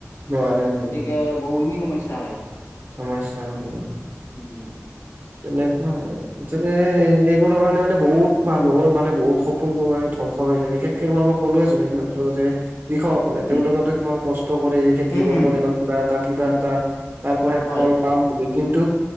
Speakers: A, on the right; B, on the left.
A: নোৱাৰে উম
B: গতিকে বহুখিনি সমস্যা হয়।
A: সমস্যা <unintelligible>
B: উম।
A: তেনেকুৱা আৰু। মুঠতে এইবোৰ কাৰণে মানে বহুত মানুহৰ মানে বহুত সপোনবোৰ মানে ধ্বংস হৈ যায়। বিশেষ কে মই কলোৱে চোন এই মাত্ৰ যে কৃষকসকলে।
B: উম,
A: তেওঁলোকেতো কিমান কষ্ট কৰে খেতি
B: উম, উম,
A: কৰে ন কিবা এটা কিবা এটা তাৰ পৰা
B: হয়,
A: ফল পাম বুলি কিন্তু